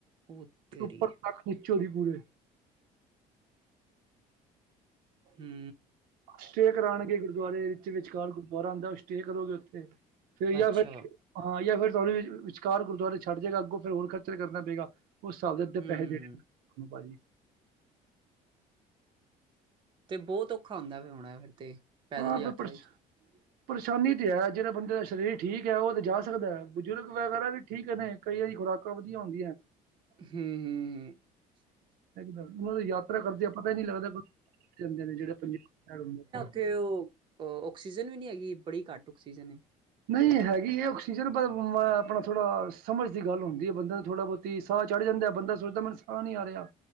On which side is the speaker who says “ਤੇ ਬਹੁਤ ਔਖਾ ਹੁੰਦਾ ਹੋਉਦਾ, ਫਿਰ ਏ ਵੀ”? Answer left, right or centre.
Right